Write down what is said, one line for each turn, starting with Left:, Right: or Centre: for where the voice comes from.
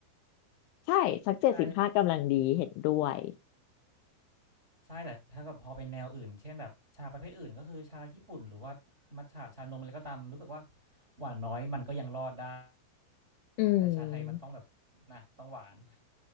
Left: ใช่สักเจ็ดสิบห้ากำลังดีเห็นด้วย
Right: ใช่ใช่แต่ถ้ากับพอเป็นแนวอื่นเช่นแบบชาประเภทอื่นก็คือชาญี่ปุ่นหรือว่ามัทฉะชานมอะไรก็ตามรู้สึกว่าหวานน้อยมันก็ยังรอดได้
Left: อืม
Right: แต่ชาไทยมันต้องแบบนะต้องหวาน